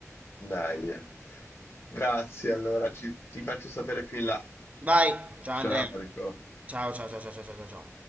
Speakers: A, on the left; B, on the right.
A: Dai. Grazie, allora ci- ti faccio sapere più in là.
B: Vai, ciao
A: Ciao,
B: Andrea.
A: Enrico.
B: Ciao, ciao, ciao, ciao, ciao, ciao, ciao. ciao.